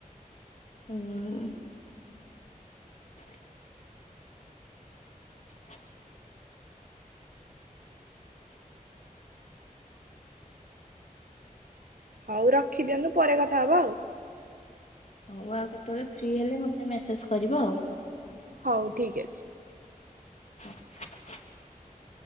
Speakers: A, on the left; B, on the right.
A: ହୁଁ। <inaudible> <inaudible>
B: ହଉ ରଖିଦିଅନ୍ତୁ ପରେ କଥା ହେବ ଆଉ।
A: ହଉ ଆଉ କେତେବେଳେ ଫ୍ରିହେଲେ ମୋତେ ମେସେଞ୍ଜ କରିବ ଆଉ।
B: ହଉ ଠିକ୍ ଅଛି।
A: <inaudible>